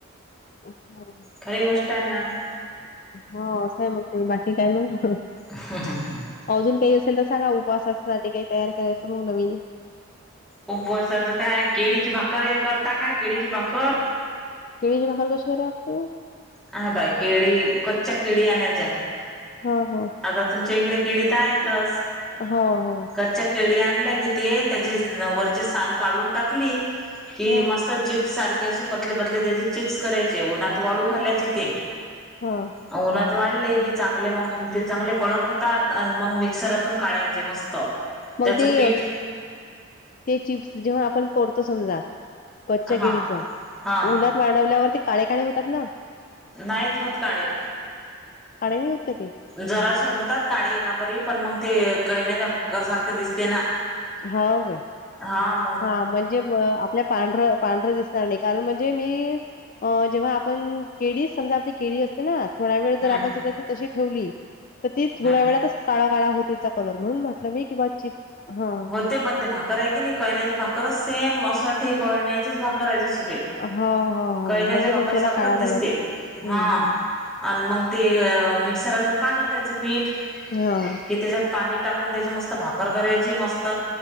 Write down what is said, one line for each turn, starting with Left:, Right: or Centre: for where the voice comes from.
Left: हा <unintelligible>
Centre: खरी गोष्ट आहे ना <unintelligible>
Left: हा असं हाय मग ते बाकी काय मग <unintelligible>
Centre: हा हा हा <unintelligible>
Left: अजून काही असेल तर सांगा उपवासासाठी काही तयार करायचं मग नवीन <unintelligible>
Centre: उपवासाचं काय केळीची भाकर हे करता काय केळीची भाकर <unintelligible>
Left: केळीची भाकर कशी कराय लागते <unintelligible>
Centre: हा बाई केळी कच्च्या केळी आणायच्या <unintelligible>
Left: हा हा.
Centre: आता तुमच्या इकडे केळी त आहेतच
Left: हो हो
Centre: कच्च्या केळी आणल्या की ते त्याचे वरचे साल काढून टाकली कि
Left: हा
Centre: मस् त चिप्स सारखे असे पतले पतले त्याचे चिप्स करायचे उन्हात वाळू घालायचे ते
Left: हा.
Centre: उन्हात वाळले की चांगले मंग ते चांगले कडक होतात आन मग मिक्सरातून काढायचे मस्त.
Left: मग
Centre: त्याचं
Left: ते
Centre: पीठ
Left: ते चिप्स जेव्हा आपण करतो समजा कच्च्या केळीच
Centre: हा
Left: उन्हात
Centre: हा
Left: वाळवल्यावर ते काळे काळे होतात ना?
Centre: नाहीत होत काळे.
Left: काळे नही होत का ते?
Centre: जराशी होतात काळी कापरी पण मंग ते कळण्याच्या गर सारख दिसते ना.
Left: होव काय.
Centre: हां.
Left: हां म्हणजे व आपल्या पांढरं पांढर दिसणार नाही कारण म्हणजे मी अ जेव्हा आपण केळीच समजा आपली केळी अस तना थोडा वेळ जर
Centre: हम्म
Left: आपण समजा ती तशी ठेवली तर ती थोड्या
Centre: हम्म
Left: वेळातच काळा काळा होतेत. चा कलर म्हणून म्हटलं मी किंवा चिक हां.
Centre: ते पण ते भाकर आहे की नाही कळण्याचे भाकर असते म असं वाटतं हे कळण्याचेच भाकर आहे जशी काय.
Left: हां, हां, हां.
Centre: कळण्याच्या
Left: म्हणजे
Centre: भाकार
Left: मग त्याला
Centre: सारखच
Left: काळा
Centre: दिसते.
Left: कलर
Centre: हां.
Left: हं, हं.
Centre: आनं मग ते मिक्सरातून काढलं त्याचं पीठ.
Left: हां.
Centre: कि त्याच्यात पाणी टाकून त्याची मस्त भाकर करायची मस्त.